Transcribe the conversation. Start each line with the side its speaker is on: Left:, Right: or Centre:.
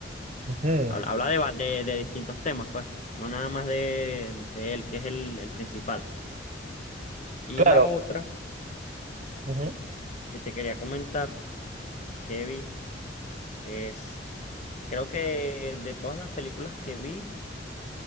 Right: Ujú.
Left: Habla, habla de, va- de, de distintos temas, pues, no nada más de, de él, que es el, el principal. Y
Right: Claro.
Left: la otra
Right: ujú.
Left: que te quería comentar, que vi, es, creo que de todas las películas que vi,